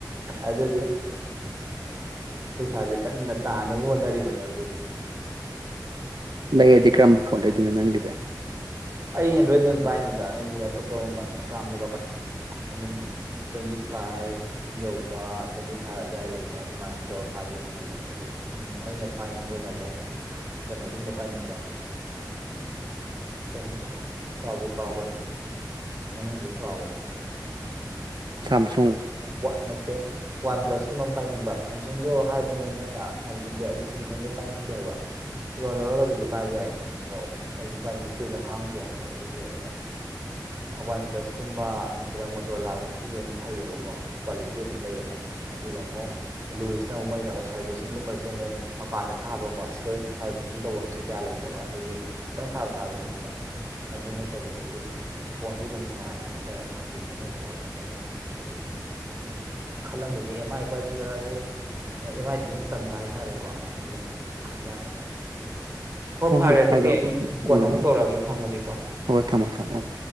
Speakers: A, on the right; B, on the right.
A: ꯑꯗꯨꯒꯤ ꯄꯩꯁꯥꯁꯦ ꯀꯟꯅ ꯇꯥꯅꯕ ꯍꯣꯠꯅꯔꯤꯕꯅꯦ ꯍꯧꯖꯤꯛ
B: ꯂꯩꯔꯗꯤ ꯀꯔꯝꯕ ꯐꯣꯟ ꯂꯩꯗꯣꯏꯅꯣ ꯅꯪꯒꯤꯗꯤ
A: ꯑꯩ ꯑꯦꯟꯗ꯭ꯔꯣꯏꯗ ꯑꯗꯨꯝ ꯄꯥꯏꯅꯤꯗ ꯑꯩ ꯑꯇꯣꯞꯄ ꯃꯃꯜ ꯑꯥꯝꯕꯒ ꯄꯥꯏ ꯑꯗꯨꯝ ꯇ꯭ꯋꯦꯟꯇꯤ ꯐꯥꯏꯚ ꯌꯧꯕ ꯇ꯭ꯋꯦꯟꯇꯤ ꯐꯥꯏꯚ ꯑꯗꯨꯋꯥꯏ ꯂꯩꯕ ꯑꯗꯨꯃꯥꯏꯅ ꯇꯧꯔꯒ ꯄꯥꯏꯒꯦꯅ ꯈꯜꯂꯦ ꯑꯗꯨꯗ ꯑꯩꯅ ꯄꯥꯏꯅꯤꯡꯕꯗ ꯑꯃꯨꯛ ꯀꯩꯅꯣꯒꯨꯝꯕ ꯄꯥꯏꯅꯤꯡꯕ ꯀꯩꯒꯕ ꯀꯥꯎꯕ ꯀꯥꯎꯈ꯭ꯔꯦ ꯃꯃꯤꯡꯗꯨ ꯀꯥꯎꯈ꯭ꯔꯦ ꯍꯥꯏꯁꯨ ꯑ
B: ꯁꯥꯝꯁꯨꯡ
A: ꯋꯥꯠ ꯅꯠꯇꯦ ꯋꯥꯟ ꯄ꯭ꯂꯁ ꯀꯨꯝꯕ ꯑꯃ ꯄꯥꯏꯅꯤꯡꯕ ꯁ ꯁꯦꯝꯁꯨꯡꯗꯣ ꯍꯥꯏꯕꯅꯤꯉꯣꯏꯅ ꯁꯁꯨꯡꯗꯣ ꯍꯥꯏꯗꯤ ꯁꯦꯝꯁꯨꯡꯗꯣ ꯄꯥꯏꯅꯤꯡꯗꯦꯕ ꯂꯣꯟ ꯂꯧꯔꯒꯕꯨꯗꯤ ꯄꯥꯏꯕ ꯌꯥꯏꯁꯤꯅꯤꯀꯣ ꯑꯗꯨ ꯑꯩꯗꯤ ꯄꯥꯏꯅꯤꯡꯉꯦ ꯀꯨꯏꯅ ꯈꯥꯡꯗꯦꯕ ꯑꯗꯨꯒꯤ ꯑꯩꯅ ꯋꯥꯟ ꯄ꯭ꯂꯁꯀꯨꯝꯕ ꯅꯠꯇ꯭ꯔꯒ ꯃꯣꯇꯣꯔꯂꯥꯒꯨꯝꯕꯕꯁꯤꯁꯨ ꯑꯗꯨꯝ ꯐꯩꯌꯦꯕ ꯀ ꯀ꯭ꯋꯥꯂꯤꯇꯤ ꯑꯗꯨꯝ ꯂꯩꯌꯦꯕ ꯑꯗꯨꯒ ꯑꯃꯨꯛ ꯂꯣꯏꯁꯤꯅ ꯑꯃꯨꯛ ꯃꯣꯏꯅꯀꯣ ꯁꯥꯔꯚꯤꯁꯤꯡꯒꯨꯝꯕꯁꯦ ꯑꯃꯨꯛ ꯃꯄꯥꯟꯗ ꯊꯥꯕꯀꯣ ꯁꯤꯗ ꯁꯥꯔꯚꯤꯁꯤꯡ ꯇꯧꯐꯝꯁꯦ ꯀꯌꯥ ꯂꯩꯇꯕ ꯑꯗꯨꯒꯤ ꯈꯤꯇꯪ ꯐꯔꯥꯛ ꯇꯥꯕꯩꯅꯦꯕ ꯑꯗꯨ ꯅꯠꯇꯕꯤꯗꯗꯤ ꯐꯣꯟꯗꯤ ꯑꯗꯨꯝ ꯅꯨꯡꯉꯥꯏꯕ ꯍꯥꯏꯇꯥꯔꯦ ꯃꯣꯏ ꯍꯧꯖꯤꯛ ꯑꯅꯧꯕ ꯊꯣꯛꯑꯦ ꯀꯥꯡꯕꯨꯁꯦ ꯑꯗꯨꯗꯤ ꯈꯜꯂꯝꯃꯤꯅꯤ ꯑꯦꯝ ꯑꯥꯏ ꯄꯥꯏꯁꯤ ꯔꯥ ꯑꯗꯩ ꯑꯦꯝ ꯑꯥꯏꯁꯤꯁꯨ ꯑꯃꯨꯛ ꯇꯟꯕ ꯍꯥꯏꯇꯥꯔꯦꯀꯣ ꯑꯗꯨꯅ ꯈꯟꯖꯅꯔꯤ ꯍꯧꯖꯤꯛ ꯍꯣ
B: ꯍꯣꯏ
A: ꯐꯔꯦ
B: ꯍꯣꯏ
A: ꯑꯗꯨꯗꯤ
B: ꯐꯥꯏꯗ
A: ꯑꯩ ꯀꯣꯟꯅ
B: ꯎꯝ
A: ꯑꯃꯨꯛ ꯇꯧꯔꯛꯑꯒꯦ ꯊꯝꯃꯒꯦꯀꯣ
B: ꯍꯣꯏ ꯍꯣꯏ ꯊꯝꯃꯣ ꯊꯝꯃꯣ ꯎꯝ